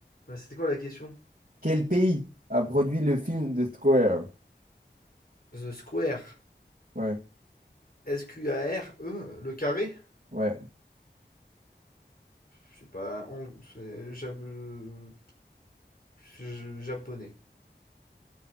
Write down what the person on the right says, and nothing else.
Quel pays a produit le film The Square?
Ouais,
ouais.